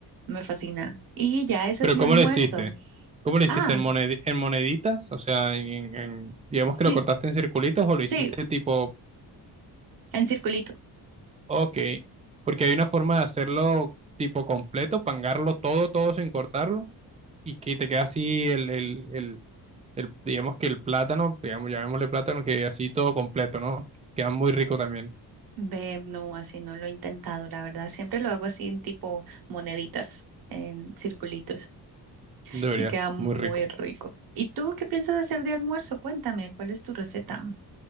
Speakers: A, on the right; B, on the right.
A: Me fascina. Y ya ese
B: Pero
A: es mi
B: ¿cómo
A: almuerzo.
B: lo hiciste? ¿Cómo lo hiciste
A: Ah,
B: en monedi- en moneditas? O sea, en, en- digamos que
A: sí,
B: lo cortaste en circulitos o lo hiciste
A: sí,
B: tipo,
A: en circulito.
B: ok, porque hay una forma de hacerlo tipo completo, pangarlo todo, todo sin cortarlo y que te queda así el, el, el, el- digamos que el plátano, digamos, llamémosle plátano, que así todo completo, ¿no? Queda muy rico también,
A: Ve, no, así no lo he intentado, la verdad. Siempre lo hago así en tipo moneditas, en circulitos.
B: deberías,
A: Y queda muy
B: muy rico.
A: rico. ¿Y tú qué piensas hacer de almuerzo? Cuéntame, ¿cuál es tu receta?